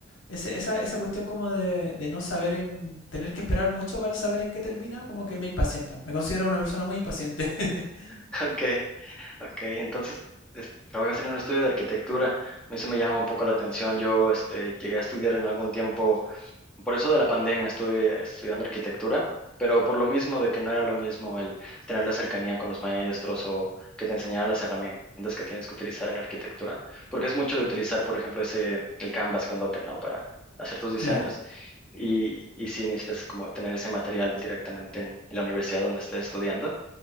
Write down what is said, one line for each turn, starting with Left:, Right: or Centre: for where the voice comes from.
Left: ese- esa, esa cuestión como de, de no saber en, tener que esperar mucho para saber en qué termina, como que me impacienta. Me considero una persona muy impaciente. <laughs>
Centre: <laughs> ok, ok. Entonces, es- trabajas en un estudio de arquitectura. A mí eso me llama un poco la atención. Yo, este, llegué a estudiar en algún tiempo Por eso de la pandemia estuve estudiando arquitectura, pero por lo mismo de que no era lo mismo el tener la cercanía con los maestros o que te enseñaran las herramientas que tienes que utilizar en arquitectura, porque es mucho de utilizar, por ejemplo, ese, el Canvas grandote, ¿no? Para hacer tus diseños
Left: Claro.
Centre: y, y si necesitas como tener ese material directamente en, en la universidad donde estés estudiando,